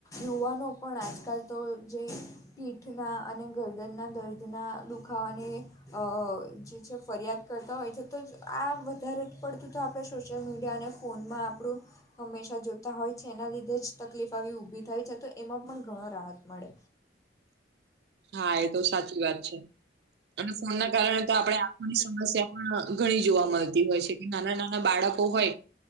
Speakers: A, on the left (about 20°); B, on the right (about 65°).
A: યુવાનો પણ આજકાલ તો જે પીઠના અને ગરદનના દર્દના દુખાવાને અ જે છે ફરિયાદ કરતા હોય છે તો જ આ વધારે પડતું તો આપણે સોશિયલ મીડિયાને ફોનમાં આપણું હંમેશાં જોતા હોય છે એના લીધે જ તકલીફ આવી ઊભી થાય છે તો એમાં પણ ઘણો રાહત મળે
B: હા એ તો સાચી વાત છે. અને ફોન ના કારણે તો આપડણે આંખોની સમસ્યા પણ ઘણી જોવા મળતી હોય છે. નાના નાના બાળકો હોય